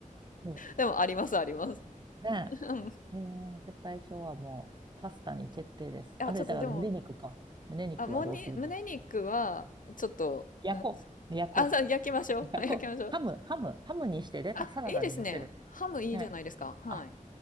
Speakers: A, on the right; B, on the left.
A: <laughs> うん
B: でも、あります、あります。
A: ね
B: <laughs> うん。
A: え。えー絶対今日はもうパスタに決定です。
B: あ、
A: あれ、
B: ちょっとでも、
A: だから胸肉か。胸肉はどうするんだ。
B: あ、もに、胸肉は、ちょっと、
A: 焼こう。
B: なんです。<laughs>
A: 焼こ
B: あ、さ、焼きましょう。
A: う。あこう、
B: <laughs> はい焼きましょう。
A: ハム、ハム、ハムにしてレタ、
B: あ、
A: サラダに乗せる。
B: いいですね。ハムいいじゃないですか。
A: ね。
B: はい。
A: あ、